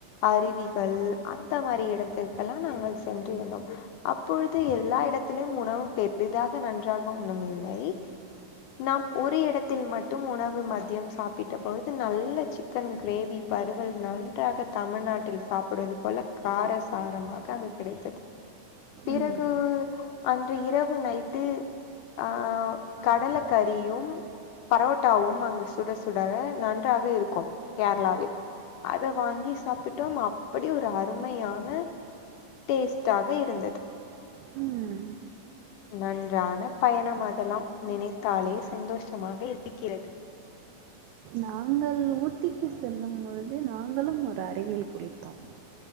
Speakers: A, on the left; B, on the right.
A: அருவிகள் அந்த மாரி எடத்திர்க்கெல்லாம் நாங்கள் சென்றிருந்தோம் அப்பொழுது எல்லா இடத்துலயும் உணவு பெரிதாக நன்றாக ஒன்னும் இல்லை நாம் ஒரு இடத்தில் மட்டும் உணவு மதியம் சாப்பிட்ட பொழுது நல்ல சி சிக்கன் கிரேவி வருவல் நன்றாக தமிழ்நாட்டில் சாப்பிடுவது போல காரசாரமாக அங்கு கிடைத்தது பிறகு
B: ம்
A: அன்று இரவு நைட்டு ஆ கடலக்கறியும் பரோட்டாவும் அங்கு சுட சுட நன்றாக இருக்கும் கேரளாவில் அத வாங்கி சாப்பிட்டோம் அப்டி ஒரு து அருமையான டேஸ்ட்டாக இருந்தது
B: உம்
A: நன்றான பயணம் அதல்லாம் நினைத்தாலே சந்தோஷமாக இருக்கிறது
B: நாங்கள் ஊட்டிக்கு செல்லும் பொழுது நாங்களும் ஒரு அருவியில் குளித்தோம்